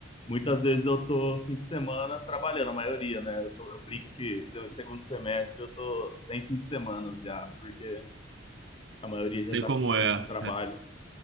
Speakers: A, on the left; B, on the right.
A: muitas vezes eu tô fim de semana trabalhando, a maioria, né? Eu, tô- eu brinco que se- segundo semestre eu tô sem fim de semana já, porque a maioria
B: Sei
A: já tá
B: como
A: com,
B: é.
A: com trabalho.